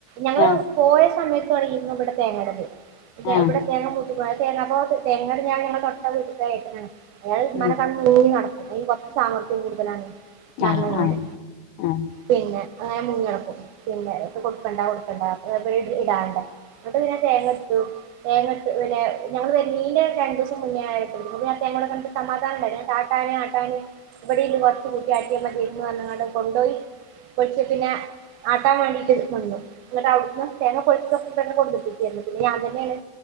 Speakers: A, on the right; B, on the left.
A: ഞങ്ങള്
B: ആഹ്
A: പോയ സമയത്ത് തൊടങ്ങി ഇവിടെ തേങ്ങേടത്.
B: ആഹ്
A: ഇവിടെ തേങ്ങ മൂട്ടി <unintelligible> തേങ്ങാപോത്ത് തേങ്ങേടെ ഞങ്ങള് തൊട്ട വീട്ട്ക്കാണ് ഏട്ടനാണ്. അയാൾ ഉമ്മാനെ
B: ഉം
A: കാണു മുങ്ങി നട അയ്ന് കൊറച്ച് സാമർത്യം കൂടു തലാണ്. ന്നറന്നങ്ങാണ്ട്
B: ആഹ് ആഹ് ആഹ്
A: പിന്നെ അങ്ങനെ മുങ്ങിനട പിന്നെ കൊടുക്കണ്ട കൊടുക്കണ്ട <unintelligible> ഇതാണ്ടേ എന്നിട്ട് പിന്നെ തേങ്ങ എടുത്തു തേങ്ങ പിന്നെ ഞങ്ങള് വരണീന്റെ രണ്ട് ദിവസം മുന്നേ ആയപോഴ്തേന് <unintelligible> കൂടെ കണ്ട് സമാധാനഉണ്ടായിരുന്നു താട്ടാന് ആട്ടാന് ഇവിടെ ഇണ്ട് കൊ കിട്ടിയ ആട്ടിയ മതിയ ന്ന് പറഞ്ഞങ്ങാണ്ട് കൊണ്ടുപോയി പക്ഷെ പിന്നെ ആട്ടാൻ വേണ്ടിട്ട് നിന്നു. എന്നിട്ട് അവിടുന്ന് തേങ്ങ പൊളിച്ചു <unintelligible> കൊണ്ടെത്തിക്കയാരുന്നു. പിന്നെ ഞാൻ തന്നെയാണ്